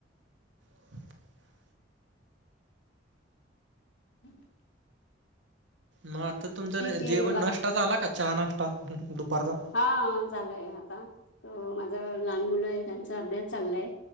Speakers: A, on the right; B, on the left.
A: <unintelligible>
B: हम्म.
A: म आता तुमचा
B: आहे
A: जेवण,
B: बाकी
A: नष्टा झाला का? चहा, नाष्टा दुपारचा?
B: हा झाला आहे आता. त माझं लहान मुलं आहे, त्यांचा अभ्यास चाललाय.